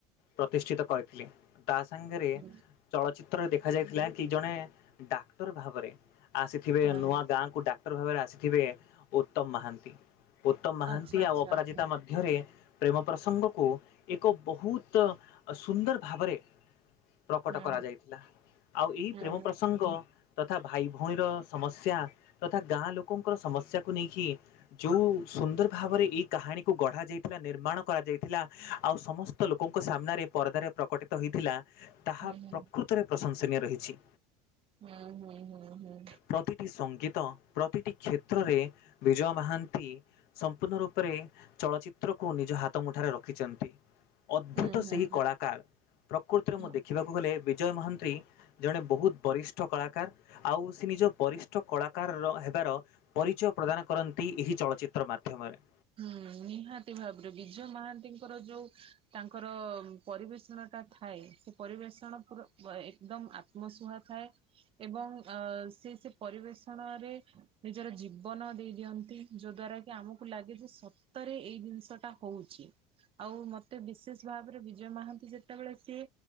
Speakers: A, on the left; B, on the right.
A: ପ୍ରତିଷ୍ଠିତ କରିଥିଲେ ତା ସାଙ୍ଗରେ
B: ହୁଁ
A: ଚଳଚ ଚିତ୍ର ଦେଖା ଯାଇଥିଲା କି ଜଣେ ଡାକ୍ତର ଭାବରେ ଆସିଥିବେ
B: ହଁ
A: ନୂଆ ଗାଁକୁ ଡାକ କ୍ଟର ଭାବରେ ଆସିଥିବେ ଉତ୍ତମ ମହାନ୍ତି ଉତ୍ତମ ମହାନ୍ତି
B: ଆଚ୍ଛା ଆଚ୍ଛା
A: ଆଉ ଅପରାଜିତା
B: ହଁ।
A: ମଧ୍ୟ ଧ୍ୟରେ ପ୍ରେମ ପ୍ରସଙ୍ଗକୁ ଏକ ବହୁତ ସୁନ୍ଦର ଭାବରେ <inaudible> ପ୍ରକଟ
B: ହୁଁ
A: କରାଯାଇଥିଲା ଆଉ ଏଇ
B: ହୁଁ
A: ପ୍ରେମ ପ୍ରସଙ୍ଗ ତଥା ଭାଇ ଭଉଣୀର ସମସ୍ୟା ତଥା ଗାଁ ଲୋକଙ୍କର ସମସ୍ୟାକୁ ନେଇକି ଯୋଉ ସୁନ୍ଦର ଭାବରେ ଏଇ କାହାଣୀକୁ ଗଢା ଯାଇଥିଲା ନିର୍ମାଣ କରାଯାଇଥିଲା ଆଉ ସମସ୍ତ ତ ଲୋକଙ୍କ ସାମ୍ନାରେ ପରଦାରେ ପ୍ରକଟିତ ହୋଇଥିଲା ତାହା
B: ହୁଁ ହୁଁ ହୁଁ
A: ପ୍ରକୃତରେ ପ୍ରଶଂସନୀୟ ରହିଛି।
B: ହୁଁ ହୁଁ ହୁଁ ହୁଁ।
A: ପ୍ରତିଟି ସଙ୍ଗୀତ ପ୍ରତିଟି କ୍ଷେତ୍ରରେ ବିଜୟ ମହାନ୍ତି ସମ୍ପୂର୍ଣ୍ଣ ରୂପରେ ଚଳଚିତ୍ରକୁ ନିଜ ହାତ ମୁଠାରେ ରଖିଛନ୍ତି। ଅଦ୍ଭୁତ
B: ହୁଁ
A: ସେହି
B: ହୁଁ
A: କଳାକାର ପ୍ରକୃତରେ
B: ହୁଁ।
A: ମୁଁ ଦେଖିବାକୁ ଗଲେ ବିଜୟ ମହାନ୍ତି ଜଣେ ବହୁତ ବରିଷ୍ଠ କଳାକାର ଆଉ ସେ ନିଜ ବରିଷ୍ଠ କଳା କାର ହେବାର ପରିଚୟ ପ୍ରଦାନ କରନ୍ତି ଏହି ଚଳଚିତ୍ର ମାଧ୍ୟମରେ।
B: ହୁଁ ନିହାତି ଭାବରେ ବିଜୟ ମହାନ୍ତିଙ୍କର ଯୋଉ ତାଙ୍କର ପରିବେଷଣ ଟା ଥାଏ ସେ ପରିବେଷଣ ପୁରା ଅ ଏକଦମ ଆତ୍ମ ତ୍ମସୁହା ଥାଏ ଏବଂ ଅ ସେ ସେ ପରିବେଷଣରେ ନିଜର ଜୀବନ ଦେଇ ଦିଅନ୍ତି ଯୋଉ ଦ୍ଵାରା କି ଆମକୁ ଲାଗେ ଯେ ସତରେ ଏଇ ଜିନିଷ ଟା ହୋଉଚି। ଆଉ ମତେ ବିଶେଷ ଭାବରେ ବିଜୟ ମହାନ୍ତି ଯେତେବେଳେ ସିଏ